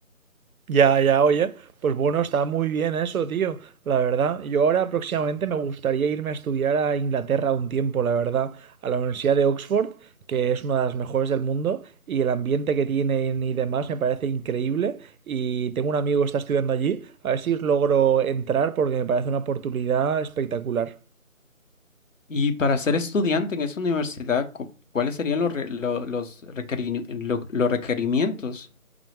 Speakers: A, on the right; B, on the left.
A: Ya, ya, oye, pues bueno, está muy bien eso, tío, la verdad. Yo ahora próximamente me gustaría irme a estudiar a Inglaterra un tiempo, la verdad, a la Universidad de Oxford, que es una de las mejores del mundo, y el ambiente que tienen y demás me parece increíble. Y tengo un amigo que está estudiando allí, a ver si logro entrar porque me parece una oportunidad espectacular.
B: Y para ser estudiante en esa universidad, cu- ¿cuáles serían los, re- lo- los, requerini- lo- los requerimientos?